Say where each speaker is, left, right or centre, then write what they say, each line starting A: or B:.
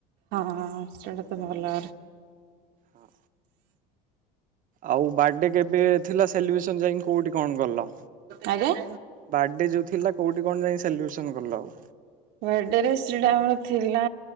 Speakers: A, on the right; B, on the right.
A: ହଁ ସେଇଟା ତ ଭଲରେ।
B: ହଁ। ଆଉ ବାର୍ଡେ କେବେ ଥିଲା ସେଲିବ୍ରେସନ ଯାଇଁ କୋଉଠି କଣ କଲ
A: ଆଜ୍ଞା।
B: ବାର୍ଡ଼େ ଯୋଉ ଥିଲା କୋଉଠି କଣ ଯାଇଁ ସେଲିବେସନ୍ କଲ ଆଉ।
A: ବାର୍ଡେରେ ଶ୍ରିଡ଼ା ଆମର ଥିଲା